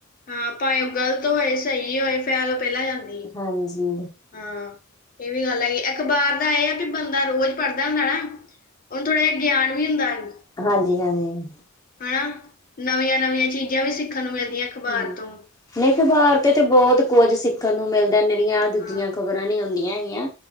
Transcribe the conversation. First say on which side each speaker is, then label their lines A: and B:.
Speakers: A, on the left; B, on the left.
A: ਹੂੰ, ਭਾਏ ਓ ਗ਼ਲਤ ਹੋਏ ਸਹੀ ਹੋਏ, ਫੈਲ ਪੈਲ ਜਾਂਦੀ।
B: ਹਾਂਜੀ।
A: ਹਾਂ, ਏ ਵੀ ਗੱਲ ਆਈ, ਅਖ਼ਬਾਰ ਦਾ ਏ ਆ ਬੀ ਬੰਦਾ ਰੋਜ ਪੜਦਾ ਹੂੰਦਾ ਨਾ। ਓਣ ਥੋੜਾ ਜੇਆ ਗੇਆਨ ਵੀ ਹੁੰਦਾ ਈ।
B: ਹਾਂਜੀ ਹਾਂਜੀ।
A: ਹਣਾ ਨਵੀਆਂ, ਨਵੀਆਂ ਚੀਜਾ ਵੀ ਸਿੱਖਨ ਨੂੰ ਮਿਲਦੀਆਂ ਅਖਬਾਰ
B: ਹੂੰ,
A: ਤੋਂ
B: ਨਈ ਅਖ਼ਬਾਰ ਤੇ ਤੇ ਬੋਤ ਕੋਝ ਸਿੱਖਨ ਨੂੰ ਮਿਲਦਾ ਨੀਰੀਆਂ ਦੂਜੀਆਂ
A: ਹਾਂ
B: ਖ਼ਬਰਾਂ। <unintelligible> ਹੁੰਦੀਆਂ ਹੈਗੀਆਂ